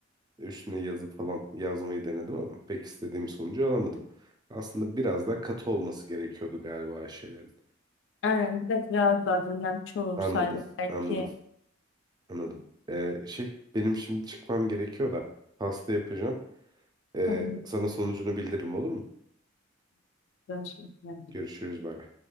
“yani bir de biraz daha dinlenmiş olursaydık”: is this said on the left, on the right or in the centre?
Left